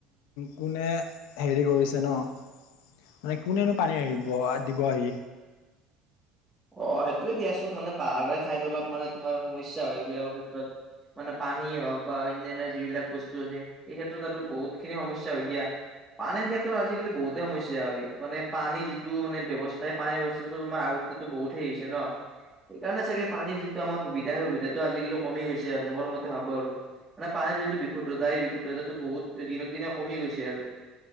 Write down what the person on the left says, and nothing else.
কোনে হেৰি কৰিছে ন। মানে কোনেনো পানী আহিব দিব আহি।